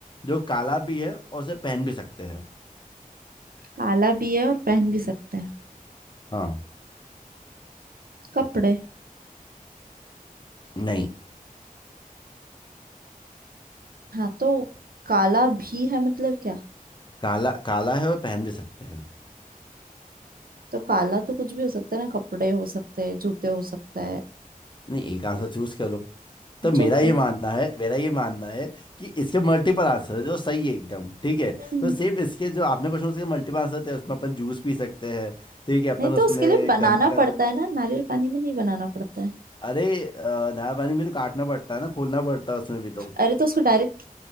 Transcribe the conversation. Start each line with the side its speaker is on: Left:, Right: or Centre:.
Left: जो काला भी है और उसे पहन भी सकते हैं
Right: काला भी है और पहन भी सकते हैं
Left: हाँ
Right: कपड़े
Left: नहीं
Right: हाँ तो काला भी है मतलब क्या
Left: काला काला है और पहन भी सकते हैं
Right: तो काला तो कुछ भी हो सकता है ना कपड़े हो सकते हैं जूते हो सकता है
Left: नहीं एक आंसर चूज करो तो मेरा
Right: जूते
Left: ये मानना है मेरा ये मानना है कि इसके मल्टीपल आंसर है जो सही है एकदम ठीक है
Right: हम्म
Left: तो सेम इसके जो आपने क्वेश्चन उसके मल्टीपल आंसर थे उसमें अपन जूस पी सकते हैं ठीक है अपन
Right: नहीं
Left: उसमें
Right: तो उसके लिए बनाना
Left: गन्ने का
Right: पड़ता
Left: जूस
Right: है ना नारियल पानी में नहीं बनाना पड़ता है
Left: अरे अ, नया पानी मेरे को काटना पड़ता है ना खोलना पड़ता है उसमें भी तो
Right: अरे तो उसको डायरेक्ट